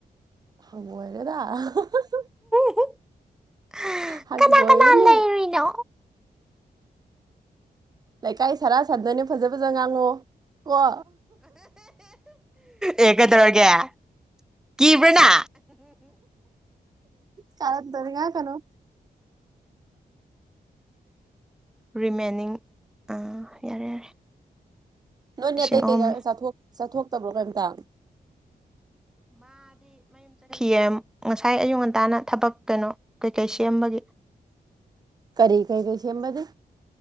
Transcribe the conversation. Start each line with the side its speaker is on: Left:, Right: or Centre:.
Right: ꯍꯪꯒꯣꯏꯔꯦꯗ <unintelligible>
Centre: <inaudible>
Right: ꯍꯪꯒꯣꯢꯌꯦꯅꯦ
Centre: ꯀꯅꯥ ꯀꯅꯥ ꯂꯩꯔꯨꯏꯅꯣ
Right: ꯂꯩꯀꯥꯏ ꯁꯥꯔꯥ ꯁꯥꯗꯣꯏꯅꯤ ꯐꯖ ꯐꯖ ꯉꯥꯡꯉꯨ ꯀꯣ
Centre: ꯑꯦ ꯀꯩꯗꯧꯔꯒꯦ ꯀꯤꯕ꯭ꯔꯅ
Right: ꯀꯥꯔꯟ ꯇꯨꯔꯟ ꯉꯥꯡꯉꯛꯀꯅꯣ
Centre: ꯔꯤꯃꯦꯟꯅꯤꯡ ꯑꯥ ꯌꯥꯔꯦ ꯌꯥꯔꯦ
Right: ꯅꯣꯏꯅꯦ
Centre: ꯂꯤꯁꯤꯡ
Right: ꯑꯇꯩ
Centre: ꯑꯍꯨꯝ
Right: ꯀꯩꯀꯥ ꯆꯥꯊꯣꯛꯇꯕ꯭ꯔꯣ ꯀꯩꯝꯇ
Centre: ꯌꯦꯝ ꯉꯁꯥꯏ ꯑꯌꯨꯛ ꯉꯟꯇꯥꯅ ꯊꯕꯛ ꯀꯩꯅꯣ ꯀꯩꯀꯩ ꯁꯦꯝꯕꯒꯤ
Right: ꯀꯔꯤ ꯀꯩ ꯀꯩꯁ ꯃꯗꯤ